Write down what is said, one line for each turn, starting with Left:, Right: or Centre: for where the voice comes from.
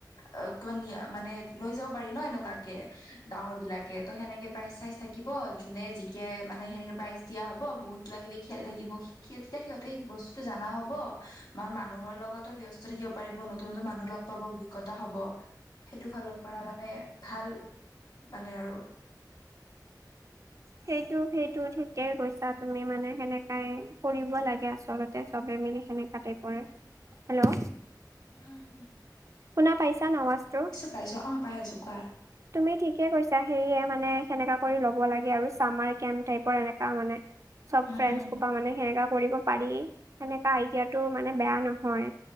Left: অ, ক মানে লৈ যাব পাৰি ন এনেকুৱাকে, ডাঙৰ বিলাকে ত' সেনেকে প্ৰাইজ চাইজ থাকিব। যোনে জিকে মানে সেনেকে প্ৰাইজ দিয়া হব। বহুত কিবা-কিবি খেল থাকিব, তেতিয়া সিহঁতে বস্তু বস্ত জানা হব আমাৰ মানুহৰ লগতো ব্যস্ত থাকিব পাৰিব, নতুন-নতুন মানুহ লগ পাব অভিজ্ঞতা হব। সেইটো ফালৰ পৰা মানে ভাল মানে আৰু।
Right: সেইটো-সেইটো ঠিকেই কৈছা তুমি মানে। সেনেকাই কৰিব লাগে আচলতে চবে মিলি সেকেনে। তাতে পৰে। হেল্লো',
Left: উম, উম, উম,
Right: শুনা পাইছা ন আৱাজতো?
Left: পাইছোঁ অ, পাই আছো কোৱা?
Right: তুমি ঠিকে কৈছা সেয়ে মানে সেনেকা কৰি ল'ব লাগে আৰু চামাৰ কেম্প টাইপৰ এনেকা মানে। চব
Left: উম,
Right: ফ্ৰেণ্ড
Left: উম,
Right: সোপা মানে সেনেকা কৰিব পাৰি সেনেকা আইডিয়াটো মানে বেয়া নহয়।